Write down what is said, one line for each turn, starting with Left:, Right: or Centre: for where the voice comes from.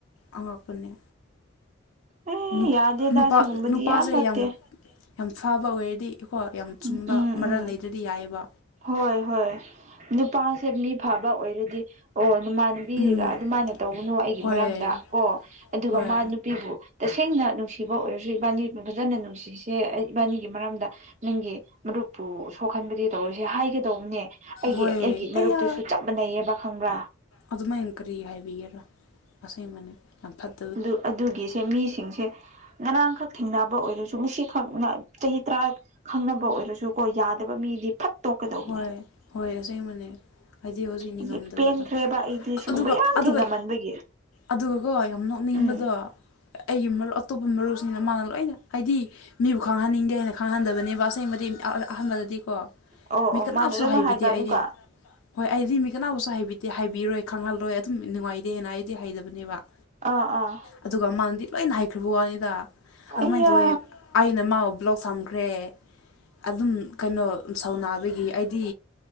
Left: ꯑꯉꯛꯄꯅꯦ
Right: ꯑꯦ
Left: ꯅꯨ
Right: ꯌꯥꯗꯦꯗ
Left: ꯅꯨꯄꯥ
Right: ꯁꯤꯒꯨꯝꯕꯗꯤ
Left: ꯅꯨꯄꯥꯁꯦ
Right: ꯐꯠꯇꯦ
Left: ꯌꯥꯝ ꯌꯥꯝ ꯐꯕ ꯑꯣꯏꯔꯗꯤ ꯀꯣ ꯌꯥꯝ ꯆꯨꯝꯕ
Right: ꯎꯝ ꯎꯝ
Left: ꯃꯔꯜ
Right: ꯎꯝ
Left: ꯂꯩꯗ꯭ꯔꯗꯤ ꯌꯥꯏꯌꯦꯕ
Right: ꯍꯣꯏ ꯍꯣꯏ ꯅꯨꯄꯥꯁꯦ ꯃꯤ ꯐꯕ ꯑꯣꯏꯔꯗꯤ ꯑꯣ ꯅꯃꯥꯟꯅꯕꯤꯒ
Left: ꯎꯝ
Right: ꯑꯗꯨꯃꯥꯏꯅ ꯇꯧꯒꯅꯣ ꯑꯩꯒꯤ
Left: ꯍꯣꯏ
Right: ꯃꯔꯝꯗ ꯀꯣ ꯑꯗꯨꯒ
Left: ꯍꯣꯏ
Right: ꯃꯥ ꯅꯨꯄꯤꯕꯨ ꯇꯁꯦꯡꯅ ꯅꯨꯡꯁꯤꯕ ꯑꯣꯏꯔꯁꯨ ꯏꯕꯥꯅꯤ ꯐꯖꯅ ꯅꯨꯡꯁꯤꯁꯦ ꯑꯩ ꯏꯕꯥꯅꯤꯒꯤ ꯃꯔꯝꯗ ꯅꯪꯒꯤ ꯃꯔꯨꯞꯄꯨ ꯁꯣꯛꯍꯟꯕꯗꯤ ꯇꯧꯔꯣꯏꯁꯦ ꯍꯥꯏꯒꯗꯧꯕꯅꯦ ꯑꯩꯒꯤ
Left: ꯍꯣꯏ
Right: ꯑꯩꯒꯤ ꯃꯔꯨꯞꯇꯨꯁꯨ
Left: ꯑꯩꯌꯥ
Right: ꯆꯞ ꯃꯥꯟꯅꯩꯌꯦꯕ ꯈꯪꯕ꯭ꯔꯥ
Left: ꯑꯗꯨꯃꯥꯏꯅ ꯀꯔꯤ ꯍꯥꯏꯕꯤꯒꯦꯔꯥ ꯑꯁꯦꯡꯕꯅꯤ ꯌꯥꯝ ꯐꯠ
Right: ꯑꯗꯨ ꯑꯗꯨꯒꯤꯁꯦ ꯃꯤꯁꯤꯡꯁꯦ ꯉꯔꯥꯡꯈꯛ ꯊꯦꯡꯅꯕ ꯑꯣꯏꯔꯁꯨ ꯉꯁꯤꯈꯛꯅ ꯆꯍꯤ ꯇꯔꯥ ꯈꯪꯅꯕ ꯑꯣꯏꯔꯁꯨ ꯀꯣ ꯌꯥꯗꯕ ꯃꯤꯗꯤ ꯐꯠ ꯇꯣꯛꯀꯗꯧꯕꯅꯦ
Left: ꯍꯣꯏ ꯍꯣꯏ ꯑꯁꯦꯡꯕꯅꯦ ꯍꯥꯏꯗꯤ ꯍꯧꯖꯤꯛ ꯅꯤꯡꯉꯝꯗꯕꯗꯣ
Right: ꯑꯁꯤ ꯄꯦꯟꯈ꯭ꯔꯦꯕ ꯑꯩꯗꯤ ꯁꯤꯒꯨꯝꯕ
Left: ꯑꯗꯨꯒ
Right: ꯌꯥꯝ
Left: ꯑꯗꯨꯒ
Right: ꯊꯦꯡꯅꯃꯟꯕꯒꯤ
Left: ꯑꯗꯨꯒꯀꯣ ꯌꯥꯝ ꯅꯣꯛꯅꯤꯡꯕꯗꯣ
Right: ꯎꯝ
Left: ꯑꯩꯒꯤ ꯃꯔꯨꯞ ꯑꯇꯣꯞꯄ ꯃꯔꯨꯞꯁꯤꯡꯅ ꯃꯥꯅ ꯂꯣꯏꯅ ꯍꯥꯏꯗꯤ ꯃꯤꯕꯨ ꯈꯪꯍꯟꯅꯤꯡꯗꯦ ꯍꯥꯏꯅ ꯈꯪꯍꯟꯗꯕꯅꯦꯕ ꯑꯁꯦꯡꯕꯗꯤ ꯑꯥ ꯑꯍꯥꯟꯕꯗꯗꯤꯀꯣ
Right: ꯑꯣ
Left: ꯃꯤ
Right: ꯑꯣ
Left: ꯀꯅꯥꯕꯁꯨ
Right: ꯃꯥꯅ ꯂꯣꯏꯅꯃꯛ
Left: ꯍꯥꯏꯕꯤꯗꯦ
Right: ꯍꯥꯏꯕ ꯑꯃꯨꯛꯀ
Left: ꯑꯩꯗꯤ ꯍꯣꯏ ꯑꯩꯗꯤ ꯃꯤ ꯀꯅꯥꯕꯨꯁꯨ ꯍꯥꯏꯕꯤꯗꯦ ꯍꯥꯏꯕꯤꯔꯣꯏ ꯈꯪꯍꯜꯂꯣꯏ ꯑꯗꯨꯝ ꯅꯨꯡꯉꯥꯏꯇꯦꯅ ꯑꯩꯗꯤ ꯍꯩꯗꯕꯅꯦꯕ
Right: ꯑꯥ ꯑꯥ
Left: ꯑꯗꯨꯒ ꯃꯥꯅꯗꯤ ꯂꯣꯏꯅ ꯍꯥꯏꯈ꯭ꯔꯕ ꯋꯥꯅꯤꯗ ꯑꯗꯨꯃꯥꯏꯅ
Right: ꯑꯩꯌꯥ
Left: ꯇꯧꯋꯦ ꯑꯩꯅ ꯃꯥꯕꯨ ꯕ꯭ꯂꯣꯛ ꯊꯝꯈ꯭ꯔꯦ ꯑꯗꯨꯝ ꯀꯩꯅꯣ ꯁꯥꯎꯅꯕꯒꯤ ꯑꯩꯗꯤ